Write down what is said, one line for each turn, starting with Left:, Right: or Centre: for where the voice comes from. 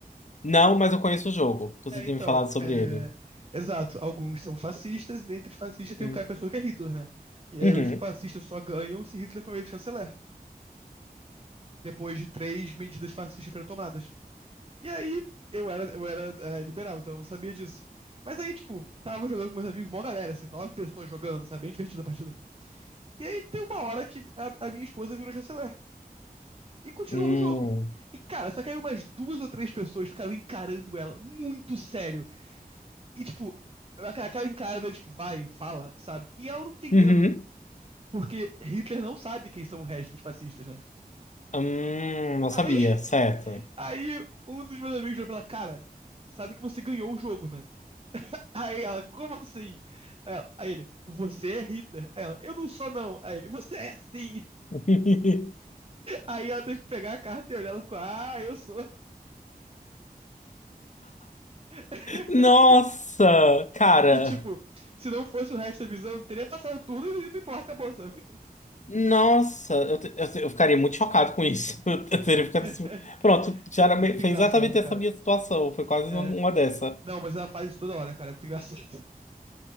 Left: Não, mas eu conheço o jogo. Você
Right: É,
Left: tinha
Right: então,
Left: me falado sobre
Right: é,
Left: ele.
Right: exato. Alguns são fascistas, e dentre os fascistas tem
Left: Hum.
Right: o cara, pessoa que é Hitler, né? E aí
Left: Uhum.
Right: os fascistas só ganham se Hitler for eleito chanceler. depois de três medidas fascistas foram tomadas. E aí, eu era, eu era é, liberal, então eu não sabia disso. Mas aí, tipo, tava jogando com meus amigos, mó galera, assim, nove pessoas jogando, sabe? Bem divertida a partida. E aí, tem uma hora que a, a minha esposa virou chanceler. E continuou
Left: Hum.
Right: o jogo. E, cara, só caiu umas duas ou três pessoas ficaram encarando ela, muito sério. E, tipo, aquela aquela encarada, tipo, vai, fala, sabe? E ela não entendendo.
Left: Uhum.
Right: Porque Hitler não sabe quem são o resto dos fascistas, né?
Left: Hum, não
Right: Aí
Left: sabia, certo.
Right: Aí um dos meus amigos virou pra ela, cara, sabe que você ganhou o jogo, né? Aí ela, como assim? Aí ela- aí ele, você é Hitler. Aí ela, eu não sou não. Aí ele, você é sim.
Left: <laughs>
Right: Aí ela teve que pegar a carta e olhar, ela ficou, ah, eu sou. <laughs>
Left: Nossa, cara.
Right: E tipo, se não fosse o resto da visão, não teria passado tudo e não importa, acabou, sabe?
Left: Nossa, eu, te- eu, te- eu ficaria muito chocado com isso. <laughs> Eu, teria
Right: <laughs>
Left: ficado assim. Pronto, já
Right: Foi
Left: era
Right: muito
Left: me- foi
Right: engraçado,
Left: exatamente essa
Right: cara.
Left: minha situação. Foi quase
Right: É,
Left: um- uma dessa.
Right: não, mas ela faz isso toda hora, cara, é muito engraçado.